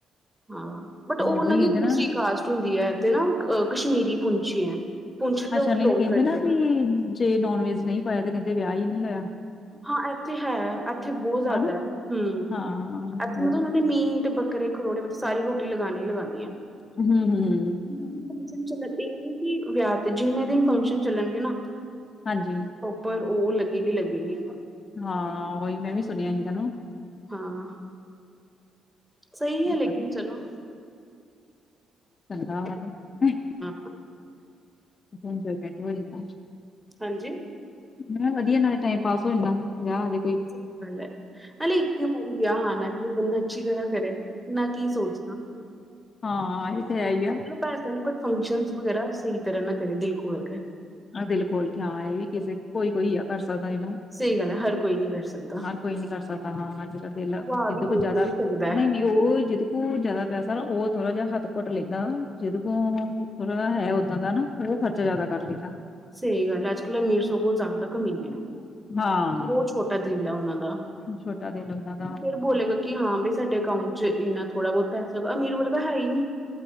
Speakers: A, in the centre; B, on the left (about 40°).
A: ਹਾਂ, ਬਟ ਉਹ ਉਹਨਾਂ
B: ਉਹੀ ਕਹਿੰਦੇ
A: ਦੀ ਦੂਸਰੀ
B: ਨਾ
A: ਕਾਸ਼ਟ ਹੁੰਦੀ ਹੈ ਤੇ ਨਾ ਕਸ਼ਮੀਰੀ ਪੁੰਛ ਹੈ, ਪੁੰਛ ਦੇ
B: ਅੱਛਾ
A: ਉਹ ਬਿਲੋਂਗ
B: ਨਹੀਂ ਕਹਿੰਦੇ
A: ਕਰਦੇ
B: ਨਾ
A: ਹੈ।
B: ਵੀ ਜੇ ਨੋਨ ਵੈਜ ਨਹੀਂ ਪਾਇਆ ਤੇ ਕਹਿੰਦੇ ਵਿਆਹ ਹੀ ਨਹੀਂ ਹੋਇਆ।
A: ਹਾਂ ਇੱਥੇ ਹੈ, ਇੱਥੇ ਬਹੁਤ ਜ਼ਿਆਦਾ,
B: ਹਨਾ
A: ਹਮ
B: ਹਾਂ
A: ਇੱਥੇ
B: ਉਹੀ
A: ਮਤਲਬ ਉਹਨਾਂ
B: ਨਾ,
A: ਨੇ ਮੀਟ, ਬਰੀ ਘਰੇ ਖਰੋੜ ਮਤਲਬ ਸਾਰੀ ਰੋਟੀ ਲਗਾਉਣੀ ਲਗਾਉਣੀ ਹੈ।
B: ਹਮ- ਹਮ।
A: ਜਿੰ ਦਿ ਫੰਕਸ਼ਨ ਚੱਲ ਇਹ ਨੀ ਕਿ ਵਿਆਹ ਤੇ ਜਿੰਨੇ ਦਿਨ ਫੰਕਸ਼ਨ ਚੱਲਣਗੇ ਨਾ।
B: ਹਾਂਜੀ।
A: ਪਰ ਉਹ ਲੱਗੇਗੀ ਲੱਗੇਗੀ।
B: ਹਾਂ ਉਹੀ ਮੈਂ ਵੀ ਸੁਣਿਆ ਸੀ ਨੂੰ
A: ਹਾਂ। ਸਹੀ ਹੈ
B: ਵਧੀਆ
A: ਲੇਕਿਨ ਚਲੋ
B: ਚੰਗਾ ਵ ਤੇ
A: ਹਾਂ।
B: ਸੰ ਚ ਘਟ ਹੋੜਦਾ। <unintelligible>
A: ਹਾਂਜੀ।
B: ਮੈਂ ਵਧੀਆ, ਨਾਲੇ ਟਾਈਮ ਪਾਸ ਹੋ ਜਾਂਦਾ ਵਿਆਹ ਆ ਜਾਏ
A: ਸਹੀ ਗੱਲ ਹੈ, ਅਰੇ ਇੱਕ ਵਾਰੀ ਵਿਆਹ ਆਉਣਾ ਕਿ ਬੰਦਾ ਅੱਛੀ ਤਰਾਂ ਕਰੇ। ਮੈਂ ਕੀ ਸੋਚਣਾ
B: ਹਾਂ ਇਹ ਤੇ ਹੈ ਹੀ ਆ
A: ਪੈਸਾ ਨ ਬਟ ਫੰਕਸ਼ਨ ਵਗੈਰਾ ਸਹੀ ਤਰ੍ਹਾਂ ਨਾ ਕਰੇ ਦਿਲ ਖੋਲ ਵ ਕੇ
B: ਆਹ ਦਿਲ ਖੋਲ ਕੇ ਹਾਂ ਇਹ ਵੀ ਕਿਸੇ ਕੋਈ- ਕੋਈ ਆ ਕਰ ਸਕਦਾ ਇਹਨਾ
A: ਸਹੀ ਗੱਲ ਹੈ ਹਰ ਕੋਈ ਨੀ ਕਰ ਸਕਦਾ
B: ਹਰ ਕੋਈ ਨੀ ਕਰ ਸਕਦਾ ਹਾਂ ਜਿਹਦਾ ਦਿਲ
A: ਖਵਾ ਵੀ ਕੋਈ
B: ਕੁਝ ਜ਼ਿਆਦਾ
A: ਕੋਈ ਸਕਦਾ ਹੈ।
B: ਨਹੀ-ਨਹੀ। ਉਹ ਜਿਦ ਕੋ ਜਿਆਦਾ ਪੈਸਾ ਨਾ ਉਹ ਥੋੜਾ ਜਿਹਾ ਹੱਥ ਘੁਟ ਲੈਂਦਾ ਜਿਦ ਕੋ ਹੈ ਓਦਾਂ ਦਾ ਨਾ ਉਹ ਖਰਚਾ ਜਿਆਦਾ ਕਰ ਲੈਂਦਾ।
A: ਸਹੀ ਗੱਲ ਹੈ ਅੱਜ-ਕੱਲ੍ਹ ਅਮੀਰ ਸਗੋਂ ਜ਼ਿਆਦਾ ਕਮੀਨੇ ਆ,
B: ਹਾਂ
A: ਬਹੁਤ ਛੋਟਾ ਦਿਲ ਆ ਉਹਨਾਂ ਦਾ
B: ਛੋਟਾ ਦਿਲ ਉਹਨਾਂ ਦਾ,
A: ਫਿਰ ਬੋਲੇਗਾ ਕਿ ਹਾਂ ਬਈ ਸਾਡੇ ਅਕਾਊਂਟ ਚ ਇੰਨਾ ਥੋੜਾ ਬਹੁਤ ਪੈਸਾ ਲਗਾ, ਅਮੀਰ ਵਲ ਤਾਂ ਹੈ ਹੀ ਨਹੀਂ।